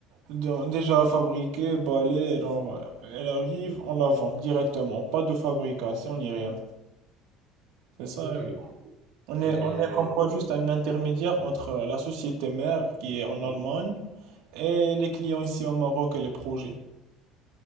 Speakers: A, on the right; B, on the right.
A: Donc Déjà fabriquée, balayée, genre, elle arrive, on la vend directement. Pas de fabrication ni rien. C'est ça.
B: Ok, ok.
A: On
B: Et...
A: est, on est comme quoi juste un intermédiaire entre la société mère qui est en Allemagne et les clients ici au Maroc et les projets.